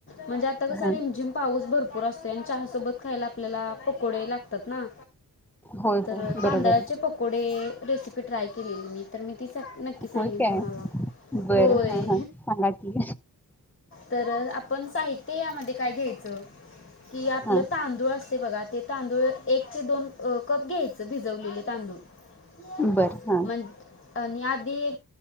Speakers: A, on the left (about 30°); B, in the centre.
A: म्हणजे आता
B: हा
A: कसं रिमझिम पाऊस भरूर पूर असतो आणि चह सोबत खायला आपल्याला पकोडे लागतात ना
B: होय
A: तर
B: होय बरोबर
A: तांदळाचे
B: आहे
A: पकोडे रेसिपी ट्राय केलेली मी तर मी त नक्की सांगेन
B: होय काय
A: तुम्हाला
B: बरं
A: होय
B: हां हां सांगा की
A: तर आपण साहित्य यामध्ये काय घ्यायचं कि आपलं
B: हां
A: तांदूळ अस ते बघा तांदूळ एकचे दोन कप घ्यायचं भिजवलेले तांदूळण
B: बरं हां
A: आणि आधी